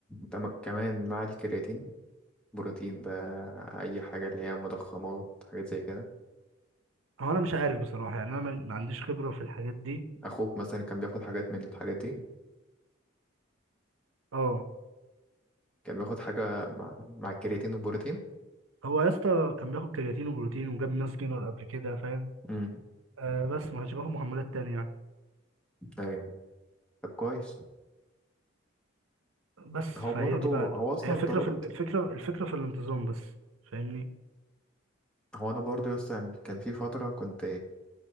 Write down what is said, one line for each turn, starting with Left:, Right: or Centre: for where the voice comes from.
Centre: تم- كمان مع الكرياتين بروتين بقى اي حاجه اللي هي مضخمات حاجات زي كده
Right: هو انا مش عارف بصراحه يعني انا ما ما عنديش خبره في الحاجات دي
Centre: اخوك مثلا كان بياخد حاجات من الحاجات دي
Right: اه
Centre: كان بياخد حاجه مع مع الكرياتين والبروتين
Right: هو يا اسطى كان بياخد كرياتين وبروتين وجاب ناس جينر قبل كده فاهم
Centre: امم
Right: آه بس ما كانش بياخد مكملات تانية يعني
Centre: ايوه طب كويس
Right: بس
Centre: هو
Right: فهي
Centre: برضه
Right: دي
Centre: هو
Right: بقى ال-
Centre: اصلا
Right: هي الفكره
Centre: طلب
Right: في ال- الفكره الفكره في الانتظام بس فاهمني
Centre: هو انا برضو يا اسطى يعني كان في فتره كنت